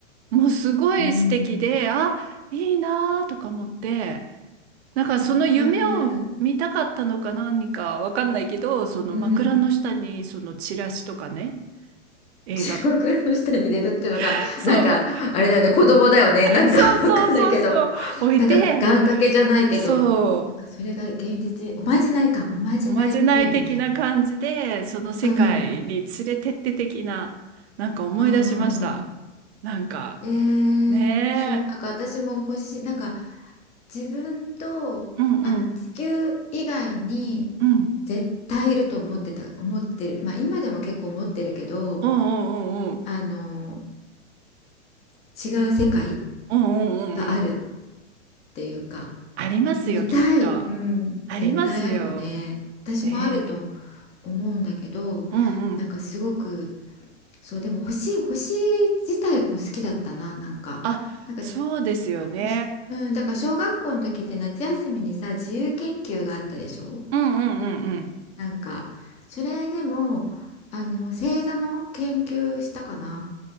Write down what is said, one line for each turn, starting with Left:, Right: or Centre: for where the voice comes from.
Right: もうすごい素敵で、
Left: うん。
Right: あ、いいなーとか思って、なんかその夢を見たかったのか何かわかんないけど、
Left: わかる。
Right: その枕の下にそのチラシとかね、
Left: うん。<laughs>
Right: 映画、
Left: じゃあ枕の下に入れるっていうのが、
Right: <laughs> そう、
Left: なんか、あれだよね。子供だよね。なんかわかんないけど。
Right: そうそうそうそう、置いて、
Left: なんか願掛けじゃないけど、
Right: そう。
Left: なんかそれが現実に、おまじないか、おまじないっぽいよね。
Right: おまじない的な感じで、その世界に連れてって的な、
Left: うん、うん
Right: なんか思い出しました。
Left: うんう
Right: なんか、
Left: ん。
Right: ね
Left: えー、そう、なんか私も欲しい、なんか自分と、
Right: え、うんうん、
Left: あ、地球以外に
Right: うん、
Left: 絶対いると思ってた、思ってる、まあ今でも結構思ってるけど、
Right: うんうんうんうん、
Left: あの、す違う世界
Right: うんうんうんうん。
Left: があるっていうか、
Right: ありますよ、
Left: 見たい。
Right: きっと。
Left: うん。
Right: ありますよ。
Left: 絶対あるよね。私もあると
Right: ね
Left: 思うんだけど、
Right: え、うんうん。
Left: なんかすごく、そう、でも星、星自体も好きだったな、なんか。
Right: あ、
Left: なんか、
Right: そうですよね。
Left: 星、うん、だから小学校の時って夏休みにさ、自由研究があったでしょ
Right: うんうんうんうん。
Left: なんか、それでも、あの、星座の研究したかな